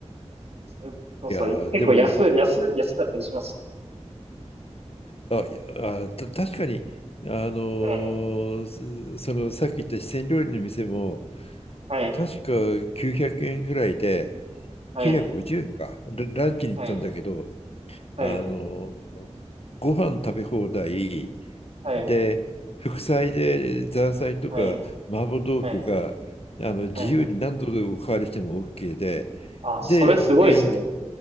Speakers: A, on the right (about 60°); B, on the left (about 55°).
A: それこそ、
B: やでも
A: 結構安、安、安かったりしますしね。
B: あいやあた確かにあの
A: はい。
B: ーすそのさっき言った四川料理の店も
A: は
B: 確か900円ぐらいで、950円か、
A: い。
B: ラランチに行ったんだけど、
A: はい。はい。
B: あの、ご飯食べ放題
A: はい。
B: で、副菜でザーサイとか麻婆豆腐があの自由に何度でおかわりしても
A: はい。はい。はい。はい。
B: OK で、
A: あ、
B: で、
A: それすごいですね。
B: メインに、